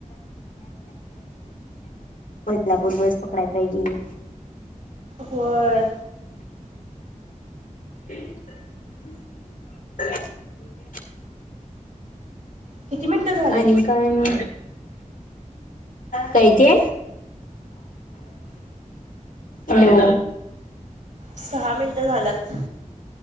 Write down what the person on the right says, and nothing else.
होय
किती मिनिटं झाले
सहा मिनिटं झाल्यात.